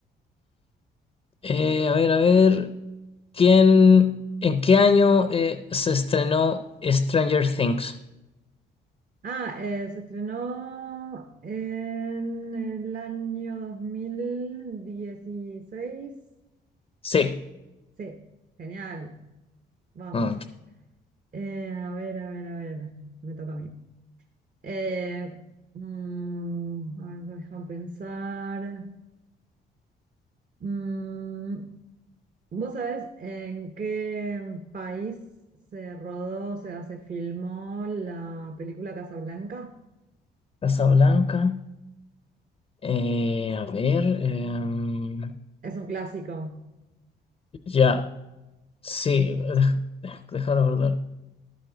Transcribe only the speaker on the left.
eh, a ver, a ver, ¿quién, en qué año eh, se estrenó Stranger Things?
Sí.
Mm.
Casablanca. Eh, a ver, em,
ya, sí, dej- dej- dejar abordar.